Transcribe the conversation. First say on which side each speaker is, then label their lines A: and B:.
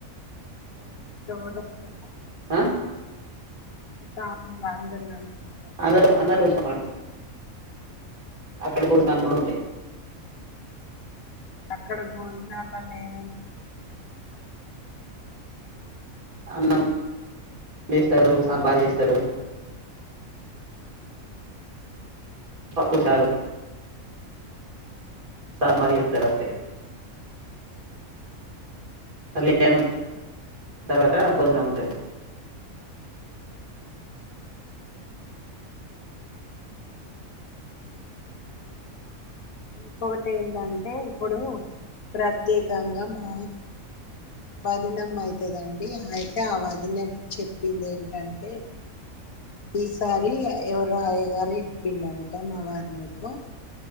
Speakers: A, on the left; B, on the right.
A: ఎవరన్న తోడువస్తార
B: ఉ
A: ఇంకా మేం అందరు కలిసి ఉంటారా
B: అందరు అందరూ వెళ్తామండి అక్కడ భోజనాలు కూడా
A: ఉమ్.
B: ఉంటాయి
A: అక్కడ భోజనాాలలో ఏమేమి
B: అన్నం చేస్తారు సంబర్ చేస్తారు
A: హ
B: పప్పు చారు సాంబార్ చేస్తారు అంతే
A: అ
B: కళ్యాణం తర్వాత
A: మళ్ళీ
B: భోజనం ఉంటాది
A: వస్తారు <inaudible> ఇంకొకటి ఏంటంటే ఇప్పుడు ప్రత్యేకంగా మా వదినమ్మ అయితదండి అయితే ఆ వదినం చెప్పింది ఏంటంటే ఈసారి ఎవరో అయ్యగారు చెప్పిండంట మా వాదినకు